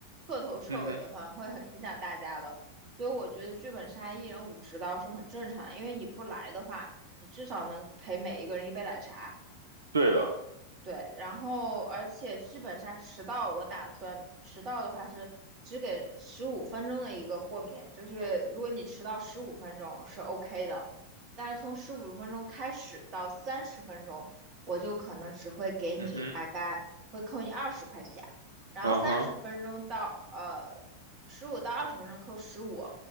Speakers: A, on the right; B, on the right.
A: 彻头彻尾的换，
B: 嗯哼，
A: 会很影响大家的。所以我觉得剧本杀一人五十刀是很正常的，因为你不来的话，你至少能陪每一个人一杯奶茶。
B: 对的，
A: 对，然后而且基本上迟到，我打算迟到的话是只给十五分钟的一个豁免，就是如果你迟到十五分钟是 OK 的，但是从十五分钟开始到三十分钟，我就可能只会给你大概会扣你二十块钱，
B: 嗯哼，
A: 然后三十分钟到呃十五到二十分钟扣十五，
B: 嗯哼，